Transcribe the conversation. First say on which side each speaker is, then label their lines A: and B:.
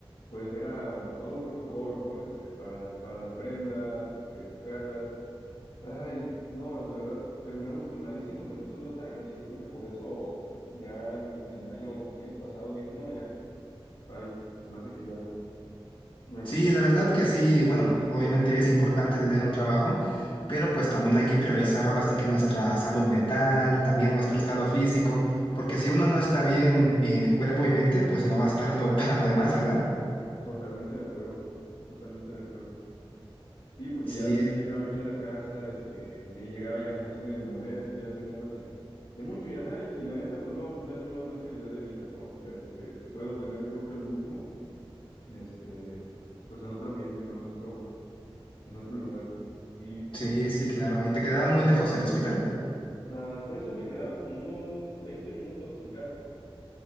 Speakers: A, on the left; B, on the left.
A: pues era todo un protocolo, ¿no? Este, para las, para las prendas, este, sacarlas. Ay, no, de verdad, terminamos tronadísimos en esos dos años y yo creo que por eso ya en, en el año, los años pasados dije, no, ya, bye, se me hace que ya me gusta.
B: Sí, la verdad que sí, bueno, obviamente es importante tener un trabajo, pero pues también hay que priorizar ahora sí que nuestra salud mental, también nuestro estado físico, porque si uno no está bien en cuerpo y mente, pues no va a estarlo <laughs> para lo demás, ¿verdad?
A: Totalmente de acuerdo, totalmente de acuerdo. Sí, porque
B: Sí,
A: ya, ya llegaba aquí a la casa, este, ya llegaba ya así medio molesto, ya sin ganas de, de mucho, y ajá, y, la y la neta, pues no, no, eso no, no es calidad de vida, ¿no? Este, se puede obtener, yo creo que lo mismo, este, pues en otro ambiente, ¿no? En otro, en otro lugar. Sí,
B: sí, sí, claro. ¿Y te quedaba muy lejos el hospital?
A: hasta eso me quedaba como unos 20 minutos en carro.